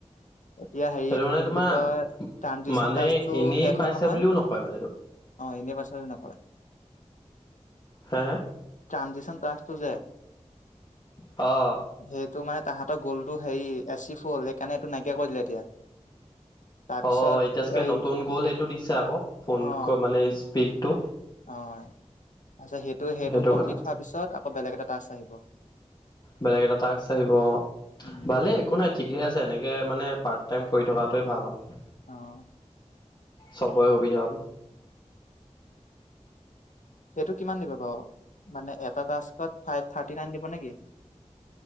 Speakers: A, on the left (about 85°); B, on the left (about 35°).
A: এতিয়া হেৰি
B: সেইটো
A: এইটো
B: মানে
A: কি বুলি
B: তোমাৰ
A: কয়, ট্ৰাঞ্জিছন
B: মানে
A: টাস্কটো
B: এনেই
A: শেষ
B: পাইছে
A: হ'ল নহয়?
B: বুলিও নকয় মানে এইটো
A: অ', এনে পাছলে নাপায়।
B: হা?
A: ট্ৰানজিছন টাস্ক টো যে?
B: অ'।
A: সেইটো মানে তাহাঁতৰ গ'লটো হেৰি এচিভ হ'ল, সেইকাৰণে এইটো নাইকিয়া কৰি দিলে এতিয়া। তাৰপিছত
B: অ', এতিয়া চাগে
A: এই
B: নতুন গ'ল সেইটো দিছে আকৌ ফোন
A: অ
B: ক মানে স্পিকটো।
A: অ', আচ্ছা সেইটো-সেইটো
B: সেইটো
A: কমপ্লিট
B: কথা
A: হোৱাৰ পিছত আকৌ বেলেগ এটা টাস্ক আহিব।
B: বেলেগ এটা টাস্ক আহিব অ'।
A: উম
B: ভালে একো নাই ঠিকে আছে, এনেকে মানে পাৰ্ট টাইম কৰি থকাটোৱে ভাল আৰু।
A: অ'।
B: চবৰে সুবিধা হ'ব।
A: হেটো কিমান দিব বাৰু? মানে এয়া টাস্কত ফাইভ থাৰ্টি টি নাইন দিব নেকি?